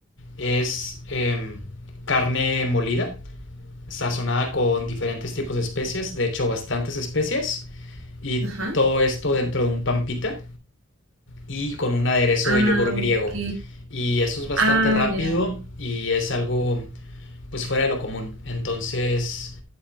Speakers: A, on the left; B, on the right.
A: Es em, carne molida, sazonada con diferentes tipos de especias, de hecho bastantes especias, y
B: Ajá.
A: todo esto dentro de un pampita y con un aderezo
B: Ah,
A: de yogur griego.
B: ok.
A: Y eso es bastante
B: Ah,
A: rápido
B: ya.
A: y es algo pues fuera de lo común. Entonces,